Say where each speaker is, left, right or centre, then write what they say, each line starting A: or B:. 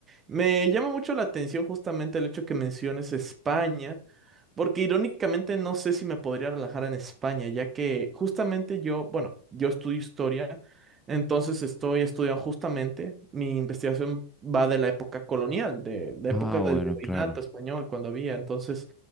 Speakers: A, on the right; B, in the centre.
A: Me llama mucho la atención justamente el hecho que menciones España, porque irónicamente no sé si me podría relajar en España, ya que justamente yo, bueno, yo estudio historia, entonces estoy estudiando justamente, mi investigación va de la época colonial, de la época
B: Ah,
A: del
B: bueno,
A: virreinato
B: claro,
A: español, cuando había, entonces